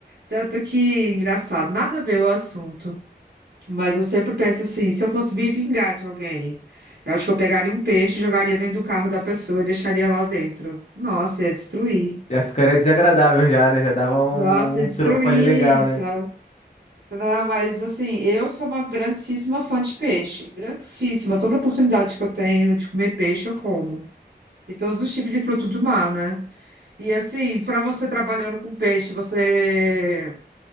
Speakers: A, on the right; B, on the left.
A: Tanto que, engraçado, nada a ver o assunto. Mas eu sempre penso assim, se eu fosse me vingar de alguém, eu acho que eu pegaria um peixe, jogaria dentro do carro da pessoa e deixaria lá dentro. Nossa, ia destruir.
B: Já ficaria desagradável já, né? Já dava um,
A: Nossa, ia
B: um
A: destruir,
B: troco ali legal, né?
A: sabe? Não, mas assim, eu sou uma grandíssima fã de peixe. Grandíssima. Toda oportunidade que eu tenho de comer peixe, eu como. E todos os tipos de fruto do mar, né? E assim, para você trabalhando com peixe, você